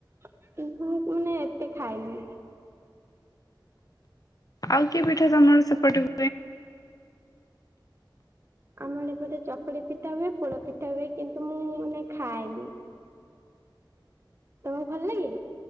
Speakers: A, on the right; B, on the left.
A: କିିନ୍ତୁ ମୁଁ ମାନେ ଏତେ ଖାଇନି।
B: ଆଉ କି ପିଠା ତମର ସେପଟେ ହୁ
A: ଆମର ଏପଟେ ଚକୁଳି ପିଠା ହୁଏ ପୋଡ ପିଠା ହୁଏ କିନ୍ତୁ ମୁଁ-ଉ-ଉ ମାନେ ଖାଏନି। ତମକୁ ଭଲ ଲାଗେ?